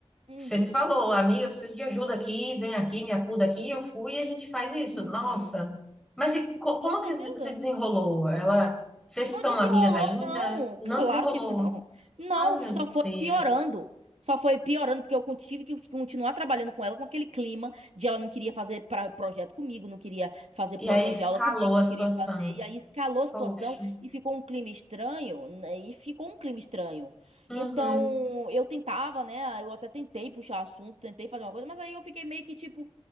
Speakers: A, on the right; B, in the centre.
A: Uhum.
B: que você me falou, amiga, eu preciso de ajuda aqui, vem aqui, me acuda aqui. Eu fui e a gente faz isso.
A: Uhum.
B: Nossa. Mas e co-
A: Com toda
B: como
A: certeza.
B: que se desenrolou? Ela, vocês
A: Não
B: estão
A: desenrolou,
B: amigas ainda?
A: não.
B: Não
A: <laughs> Claro
B: desenrolou.
A: que não. Não,
B: Ah, meu
A: só foi
B: Deus.
A: piorando. Só foi piorando, porque eu con- tive que continuar trabalhando com ela com aquele clima de ela não queria fazer pra, projeto comigo, não queria fazer
B: E
A: plano
B: aí escalou
A: de aula comigo,
B: a
A: não
B: situação.
A: queria fazer. E aí escalou a situação
B: Poxa.
A: e ficou um clima estranho, né? E ficou um clima estranho.
B: Uhum.
A: Então, eu tentava, né? Eu até tentei puxar assunto, tentei fazer uma coisa, mas aí eu fiquei meio que tipo,